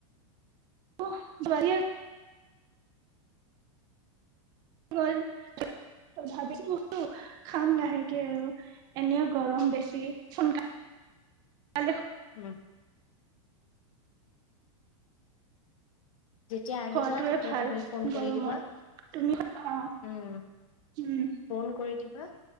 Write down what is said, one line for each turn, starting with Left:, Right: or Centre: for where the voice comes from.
Right: মোহ বৰিয়াৰ গল ত ভাবি বো খাম লাহেকে আৰু এনেও গৰম বেছি সোনকালে
Left: উম। যেতিয়া আহিবা
Right: খোৱাটোৱে
Left: তেতিয়া
Right: ভাল
Left: তুমি ফোন কৰি
Right: গৰমত
Left: দিবা
Right: তুমি অ
Left: উম
Right: উম
Left: ফোন কৰি দিবা